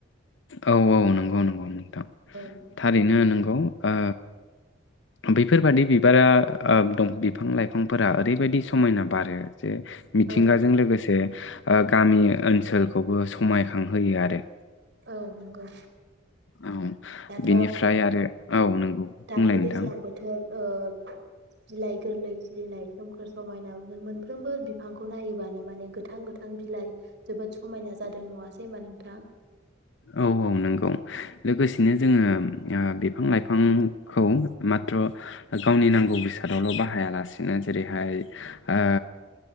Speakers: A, on the left; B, on the right.
A: औ औ नंगौ नंगौ नोंथां
B: औ
A: थारैनो नंगौ ओ बेफोरबादि बिबारा ओब दं बिफां लाइफांफोरा ओरैबायदि समायना बारो जे मिथिंगाजों
B: औ
A: लोगोसे ओ गामि ओनसोलखौबो समायखांहोयो आरो
B: औ नंगौ
A: औ
B: दाथ'
A: बेनिफ्राय आरो औ नोंगौ
B: दाथ'
A: बुंलाय नोंथां
B: दैज्लां बोथोर ओ बिलाइ गोरलै खिरिनाय सोमखोर समायना मोनफ्रोमबो बिफांखौ नायोबानो माने गोथां गोथां बिलाइ जोबोद समायना जादों नङासै होबा नोंथां?
A: औ औ नंगौ लोगोसेनो जोङो ओ बिफां लाइफांखौ माथ्र गावनि नांगौ बेसादावल बाहायालासिनो जेरैहाय ओ